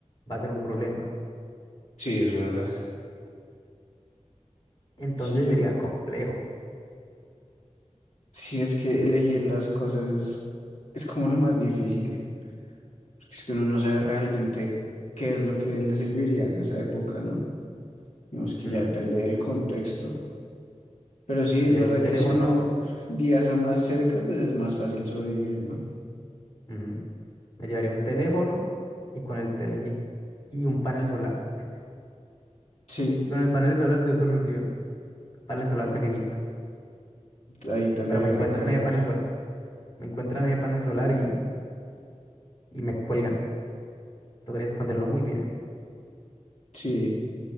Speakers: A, on the left; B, on the left.
A: va a ser un problema.
B: Sí, es verdad.
A: Entonces
B: Sí, yo,
A: sería complejo.
B: sí es que elegir las cosas es, es como lo más difícil, porque es que uno no sabe realmente qué es lo que le serviría en esa época, ¿no? Digamos que
A: Ujú.
B: ya depende del contexto. Pero sí,
A: Me
B: es
A: llevaría
B: verdad
A: un teléfono,
B: que si uno viaja más cerca, pues es más fácil sobrevivir, ¿no?
A: ujú, Me llevaría un teléfono y con el tele y, y un panel solar. <laughs>
B: Sí,
A: Y con el panel solar yo soluciono. Panel solar
B: ah,
A: pequeñito.
B: ahí tocaría
A: Pero me encuentran
B: recargar.
A: ese panel solar. Me encuentran ese panel solar y, y me cuelgan. Logré esconderlo muy bien.
B: Sí,